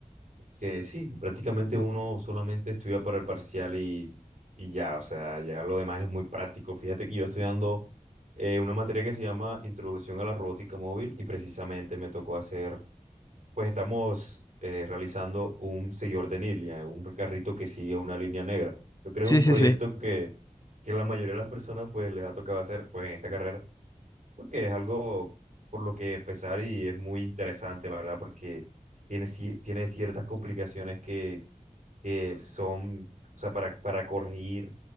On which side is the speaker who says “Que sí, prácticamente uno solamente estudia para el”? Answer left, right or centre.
Right